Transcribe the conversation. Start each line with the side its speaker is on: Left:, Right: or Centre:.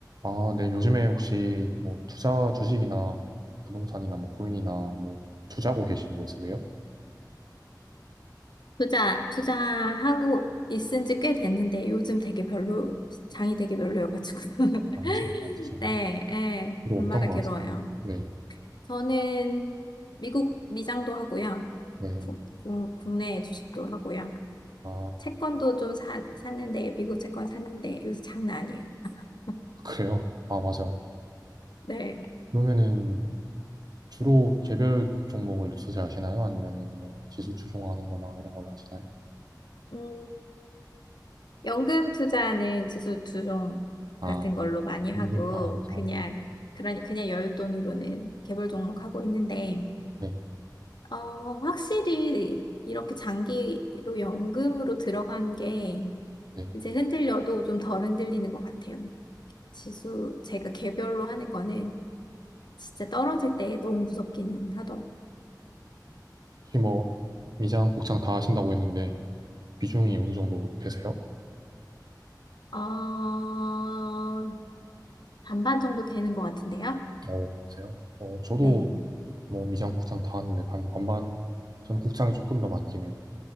Right: 아, 네. 요즘에 혹시 뭐 투자 주식이나 부동산이나 뭐 코인이나 뭐 투자하고 계시는 거 있으세요?
Left: 투자, 투자하고 있은 지 꽤 됐는데 요즘 되게 별로, 장이 되게 별로여가지고. <laughs>
Right: 아, 제가 없으신가요?
Left: 네, 예,
Right: 이거
Left: 밤마다
Right: 어떤 거
Left: 괴로워요.
Right: 하세요? 네.
Left: 저는 미국 미장도 하고요.
Right: 네.
Left: 구- 구- 국내 주식도 하고요.
Right: 아,
Left: 채권도 좀 사, 샀는데, 미국 채권 샀는데 요새 장난 아니에요. <laughs>
Right: <laughs> 그래요? 아, 맞아요.
Left: 네.
Right: 그러면은 주로 개별 종목을 투자하시나요? 아니면은 뭐 지수 추종하는 거나 이런 걸 하시나요?
Left: 음, 연금 투자는 지수 투종
Right: 아,
Left: 같은 걸로 많이 하고,
Right: 종목에 따라서.
Left: 그냥,
Right: 다른 거죠.
Left: 그러니, 그냥 여윳돈으로는 개별 종목 하고 있는데,
Right: 네.
Left: 어, 확실히 이렇게 장기로 연금으로 들어간 게
Right: 네.
Left: 이제 흔들려도 좀 덜 흔들리는 것 같아요. 지수, 제가 개별로 하는 거는 진짜 떨어질 때 너무 무섭기는 하더라고요.
Right: 혹시 뭐 미장, 국장 다 하신다고 했는데 비중이
Left: 네.
Right: 어느 정도 되세요?
Left: 어, 반반 정도 되는 것 같은데요?
Right: 어, 그러세요? 어, 저도
Left: 네.
Right: 뭐 미장, 국장 다 하는데 반, 반반. 저는 국장이 조금 더 많긴 해요.